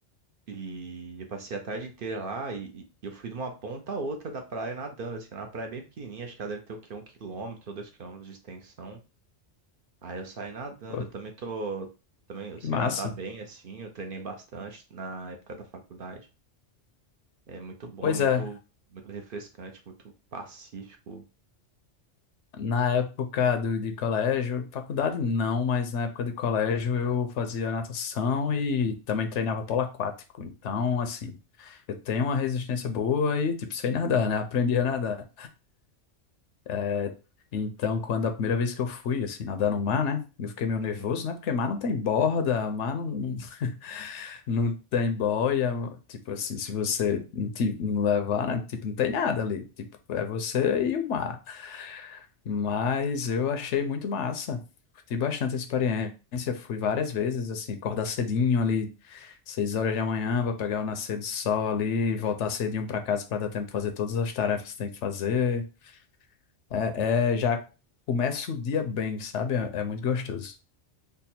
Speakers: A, on the right; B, on the left.
A: E eu passei a tarde inteira lá e, e eu fui de uma ponta a outra da praia nadando, assim, era uma praia bem pequenininha, acho que ela deve ter o quê? Um quilômetro ou dois quilômetros de extensão. Aí eu saí nadando,
B: Pô,
A: eu também tô, também eu
B: que
A: sei
B: massa.
A: nadar bem, assim, eu treinei bastante na época da faculdade. É muito bom,
B: Pois
A: é muito,
B: é.
A: muito refrescante, muito pacífico.
B: Na época do, de colégio, faculdade não, mas na época de colégio eu fazia natação e também treinava polo aquático. Então, assim, eu tenho uma resistência boa e, tipo, sei nadar, né? <laughs> Aprendi a nadar. É, então, quando a primeira vez que eu fui, assim, nadar no mar, né? Eu fiquei meio nervoso,
A: Uhum.
B: né? Porque mar não tem borda, mar não, não <laughs> não tem boia. Tipo assim, se você não te- não levar, né? Tipo, não tem nada ali. Tipo, é você e o mar. Mas eu achei muito massa. Curti bastante a experiência. Fui várias vezes, assim, acordar cedinho ali, seis horas da manhã, para pegar o nascer do sol ali, voltar cedinho para casa para dar tempo de fazer todas as tarefas que tem que fazer. É, é, já começa o dia bem, sabe? É, é muito gostoso.